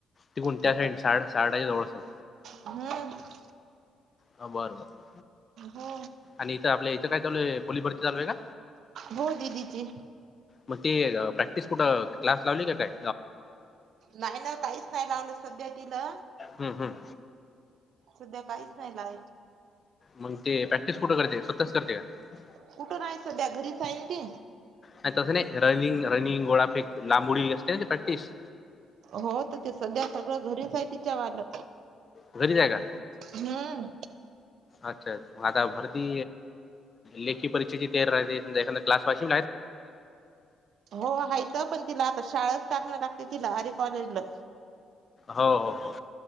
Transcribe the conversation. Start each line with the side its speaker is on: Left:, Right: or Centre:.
Left: तिकून
Right: तिथं
Left: त्या साईड <unintelligible> जवळ असेल
Right: हम्म
Left: ह बर बर <unintelligible>
Right: हो.
Left: आणि इथं आपल्या इथं काय चालूय? पोलिस भरती चालूय का?
Right: हो दीदीची
Left: मग ते प्रॅक्टिस कुठं क्लास लावली का काय?
Right: नाही ना, काहीच नाही लावलं सध्या तिला
Left: हम्म हम्म.
Right: सध्या काहीच नाही ला
Left: मग ते प्रॅक्टिस कुठं करते? स्वतःच करते का?
Right: कुठं नाही सध्या घरीच आहे ती.
Left: आणि तसं नाही रनिंग रनिंग, गोळाफेक लांबोडी असते ना ते प्रॅक्टिस.
Right: हो तर ते सध्या सगळं घरीच आहे. तिच्या वालं
Left: घरीच आहे का?
Right: हम्
Left: अच्छा म आता भरती लेखी परीक्षेची तेर राते स एखा क्लास वाशीि
Right: हो हायथ पण तिला आता शाळाच टाकणं लागते. तिला अरे कॉलेजला.
Left: हो हो हो.